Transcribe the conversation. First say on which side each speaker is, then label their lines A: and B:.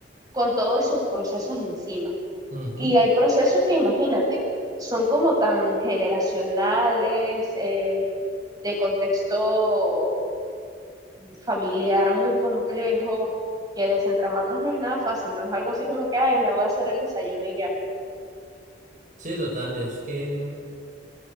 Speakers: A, on the right; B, on the right.
A: con todos sus procesos encima.
B: Ujú,
A: Y
B: ujú.
A: hay procesos que, imagínate, son como tan generacionales, eh, de contexto familiar muy complejo, que desentramarnos no es nada fácil, no es algo así como que, ay, me voy a hacer el desayuno y ya.
B: Sí, total, es que